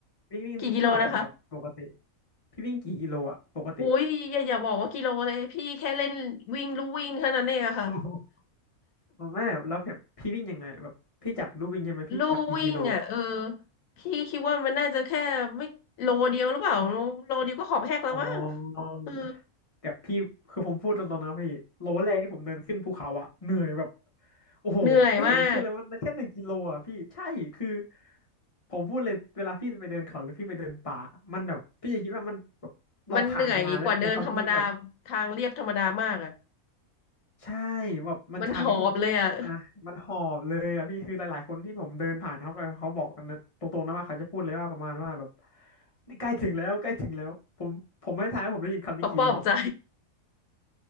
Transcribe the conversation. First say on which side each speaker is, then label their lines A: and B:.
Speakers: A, on the left; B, on the left.
A: วิ่งวิ่งวิ่งเท่าไหร่อะครับปกติ
B: กี่กิโลนะคะ
A: พี่วิ่งกี่กิโลอ่ะปกติ
B: โอ้ยอย่าอย่าบอกว่ากิโลเลยพี่แค่เล่นวิ่งลู่วิ่งเท่านั้นเองอะค่ะ
A: โอ้โหไม่แล้วแบบพี่วิ่งยังไงแบบพี่จับลู่วิ่งใช่ไหมพี่จับกี่กิโลอ่ะ
B: <laughs> ลู่วิ่งอ่ะเออพี่คิดว่ามันน่าจะแค่ไม่โลเดียวหรือเปล่าโลเดียวก็ขอบแหกแล้วมั้ง
A: อ๋อ
B: เออ
A: แต่พี่คือผมพูดตรงๆนะพี่โลแรกที่ผมเดินขึ้นภูเขาอะเหนื่อยแบบโอ้โหไม่อยากจะเชื่อเลยว่าแค่หนึ่งกิโลอะพี่ใช่คือ
B: เหนื่อยมาก
A: ผมพูดเลยเวลาพี่จะไปเดินเขาหรือพี่ไปเดินป่ามันแบบพี่จะคิดว่ามันแบบเราผ่านมานานแล้วแต่ความจริงแบบ
B: มันเหนื่อยกว่าเดินธรรมดาทางเรียบธรรมดามากอ่ะ
A: ใช่แบบมันชันนี่แบบอ่ะมันหอบเลยอะพี่คือหลายๆคนที่ผมเดินผ่านเขาไปเขาบอก
B: มันหอบเลยอ่ะ
A: ตรงๆนะว่าเขาจะพูดเลยว่าประมาณว่าแบบนี่ใกล้ถึงแล้วใกล้ถึงแล้วผมผมไม่ทายว่าผมได้ยินคำนี้กี่รอบ
B: ปอบปอบใจ